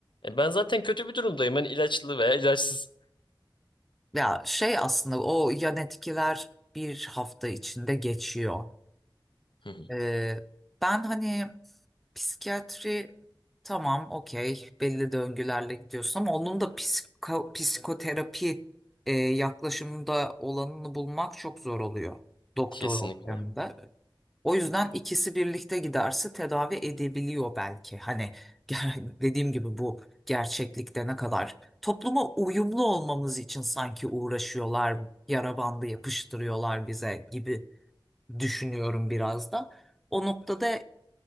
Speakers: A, on the left (about 70°); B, in the centre.
A: E ben zaten kötü bir durumdayım. Hani ilaçlı veya ilaçsız.
B: Ya şey aslında o yan etkiler bir hafta içinde geçiyor.
A: Hı hı,
B: Ee, ben hani psikiyatri tamam okey belli döngülerle gidiyorsun ama onun da psiko- psikoterapi e, yaklaşımında olanını bulmak çok zor oluyor doktor
A: Kesinlikle.
B: ortamında. O yüzden ikisi birlikte giderse tedavi edebiliyor belki. Hani <laughs> ger- dediğim gibi bu gerçeklikte ne kadar topluma uyumlu olmamız için sanki uğraşıyorlar, yara bandı yapıştırıyorlar bize gibi düşünüyorum biraz da. O noktada